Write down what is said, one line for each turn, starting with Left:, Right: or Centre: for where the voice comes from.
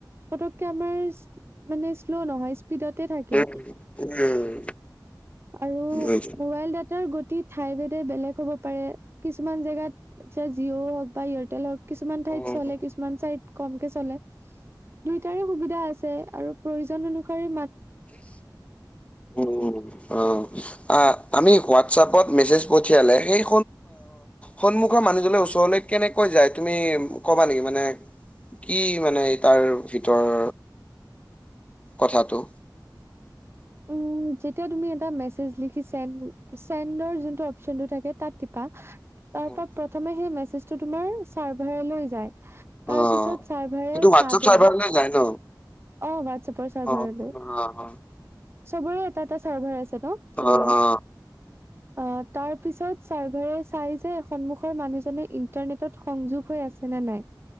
Right: পতককে আমাৰ মানে শ্ল' নহয় স্পীডতে থাকে
Left: উ উম
Right: আৰু
Left: উম,
Right: মোবাইল ডাটাৰ গতি ঠাই। বেলেগ হ'ব পাৰে কিছুমান জেগাত এতিয়া জিঅ' হওক বা এয়াৰটেল হওক। কিছুমান ঠাইত
Left: উম,
Right: চলে কিছুমান চাইত কমকে চলে দুইটাৰে সুবিধা আছে আৰু। প্ৰয়োজন অনুসাৰে।
Left: উম অ আ আমি হোৱাটছএপত মেচেজ পঠিয়ালে সেই সন্মুখৰ মানুহজনে কেনেকৈ যায় তুমি ক'বা নেকি মানে কি মানে তাৰ ভিতৰৰ কথাটো
Right: উম যেতিয়া তুমি এটা মেছেজ লিখিচা চেণ্ডৰ যোনটো অপচনটো থাকে তাত টিপা তাৰ
Left: উম,
Right: পৰা প্ৰথমে মেচেজতো তোমাৰ চাৰ্ভাৰ লৈ যায়
Left: অ',
Right: তাৰ পিছত চাৰ্ভাৰে
Left: সেইটো হোৱাটছআপ
Right: চাব
Left: চাৰ্ভাৰলৈ যায় ন?
Right: অ হোৱাটছাপৰ চাৰ্ভাৰ
Left: অ',
Right: লৈ
Left: অ',
Right: চবৰে এটা এটা চাৰ্ভাৰ আছে ন তেনেকে
Left: অ অ
Right: অ, তাৰ পিছত চাৰ্ভাৰে চাই যে সন্মুখৰ মানুহজনে ইন্টাৰনেটত সংযোগ হৈ আছে নে নাই